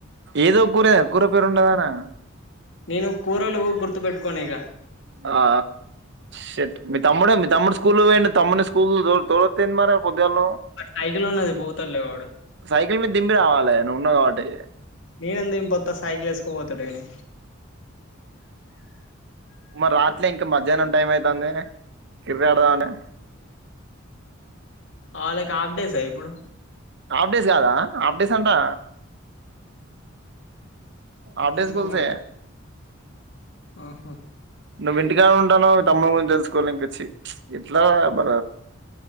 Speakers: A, on the right (about 60°); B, on the left (about 65°).
A: ఏదో కూర కూర పేరుండదనా
B: నేను కూరలు గుర్తు పెట్టుకోని ఇక
A: ఆ షట్ మీ తమ్ముడే మీ తమ్ముడు స్కూల్కోయుండు తమ్ముని స్కూల్ కు తొ తొక్కపోయిండు పోదను
B: సైకిల్ ఉన్నది పోతడులే వాడు
A: సైకిల్ మీద్ ఇంప్ నే రావాలే నువ్వున్నావు కాబట్టి
B: నేనెందుకు పొత్త సైకిల్ వేసుకో పోతడుగాని
A: మరి రాత్రి ఇంకా మధ్యాహ్నం టైం అయితంది కిర్కెట్ ఆడదామని
B: ఆ లక్ హాఫ్ డేస్ ఆ ఇప్పుడు
A: ఆప్డేస్ కాదా ఆప్డేస్ అంటా అప్డేస్
B: ఏమో
A: స్కూల్స్
B: మరి
A: ఏ
B: ఆహా
A: నువ్వు ఇంటికానే ఉంటానో మీ తమ్ముని గురించి తెలుసుకోవాలి ఇంక చ్చి ఇట్లా మ